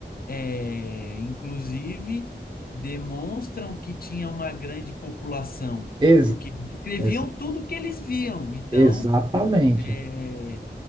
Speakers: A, on the left; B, on the right.
A: é, inclusive, demonstram que tinha uma grande população,
B: Ex
A: porque descreviam
B: ex-
A: tudo que eles viam. Então,
B: exatamente.
A: é,